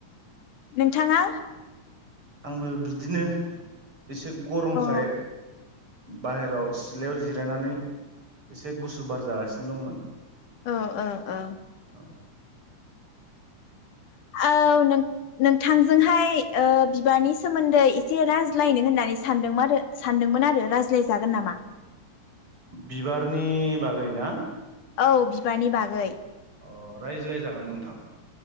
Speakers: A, on the left (about 85°); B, on the right (about 45°).
A: नोंथाङा?
B: आंबो बिदिनो एसे गरमखाय
A: अ ओ
B: बाहेराव सिलायाव जिरायनानै एसे गुसु बार जागासिनो दंमोन।
A: औ औ औ।
B: अ।
A: औ नों नोंथां जोंहाय बिबारनि सोमोन्दै एसे रायज्लायनो होननानै सानदोंमोन सानदोंमोन आरो रायज्लायजागोन नामा?
B: बिबारनि बागै ना?
A: औ बिबारनि बागै।
B: अ रायज्लायजागोन नोंथां।